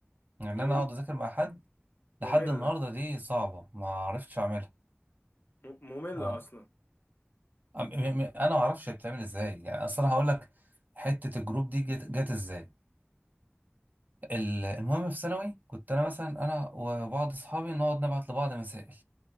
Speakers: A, on the right (about 45°); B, on the left (about 60°).
A: ان يعني
B: مم...
A: انا اقعد اذاكر مع حد لحد
B: مملة
A: النهارده دي صعبه ما عرفتش اعملها
B: م... مملة
A: آه،
B: أصلا
A: أم- م- م- انا ما اعرفش بتعمل ازاي يعني اصلا هقول لك حته الجروب دي جت, جت ازاي ال- المهم في ثانوي كنت انا مثلا انا وبعض اصحابي نقعد نبعت لبعض مسائل